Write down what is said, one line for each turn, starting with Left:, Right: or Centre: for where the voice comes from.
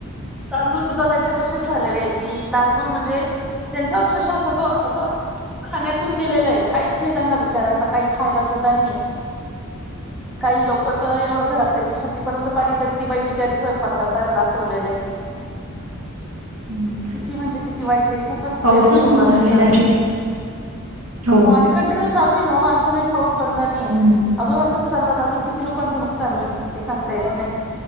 Centre: तांदुळ सुद्धा त्यांचे तसेच झालेले की तांदुळ म्हणजे त्यांच अक्षरशः सगळ अस खाण्यातुन गेलेल आहे काहीच नाही त्यांना बिच्यारांना काही खायला सुद्धा नाहीये काही लोक तर एवढ घरात त्यांच्या छातीपर्यंत पाणी तरी ती बाई बिचारी स्वयंपाक करताना दाखवलेल आहे
Right: हम्म.
Centre: किती म्हणजे किती वाईट आहे खुपच
Right: पाऊसच
Centre: यावर्षी ओला
Right: खूप झालेला
Centre: दुष्काळ आहे
Right: हो
Centre: ते कंटिन्यु चालु आहे ना ओ अजुनही पाऊस बंद नाही
Right: हम्म.
Centre: अजुन असच चालल अजुन किती लोकांच नुकसान होईल हे सांगता येत नाही